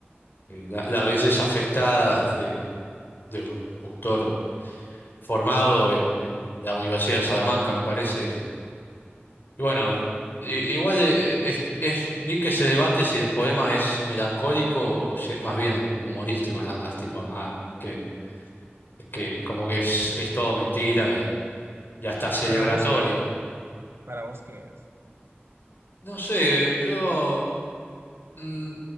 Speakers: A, on the left; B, on the right.
A: eh, la, la belleza afectada de, de un autor formado en, en la Universidad de Salamanca, me parece. Y, y bueno, i- igual eh, es, es- vi que se debate si el poema es melancólico o si es más bien humorístico, nada más, tipo, ah, que, que como que es, es todo mentira y, y hasta celebratorio.
B: Para vos, ¿qué es? Para vos, ¿qué es?
A: No sé, yo, mm,